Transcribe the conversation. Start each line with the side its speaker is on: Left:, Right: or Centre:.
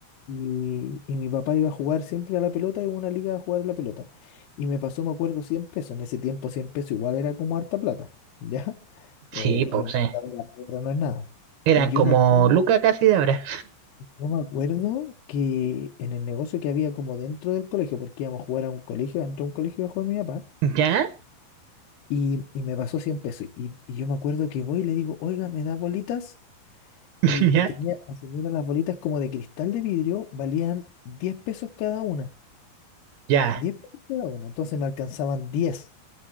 Left: Y, y mi papá iba a jugar siempre a la pelota, iba a una liga a jugar a la pelota. Y me pasó, me acuerdo, 100 pesos. En ese tiempo, 100 pesos igual era como harta plata, <laughs> ¿ya?
Right: Sí,
Left: Eh,
Right: pues
Left: hoy en
Right: sí.
Left: día la plata no es nada.
Right: Eran
Left: Y yo
Right: como
Left: me acuerdo,
Right: lucas casi de ahora.
Left: yo me acuerdo que en el negocio que había como dentro del colegio, porque íbamos a jugar a un colegio, dentro de un colegio iba a jugar mi papá.
Right: ¿Ya?
Left: Y, y me pasó 100 pesos. Y, y yo me acuerdo que voy y le digo, oiga, ¿me da bolitas?
Right: <laughs>
Left: Y,
Right: ¿Ya?
Left: y tenía la señora las bolitas como de cristal de vidrio, valían 10 pesos cada una.
Right: Ya.
Left: diez pesos cada una. Entonces me alcanzaban diez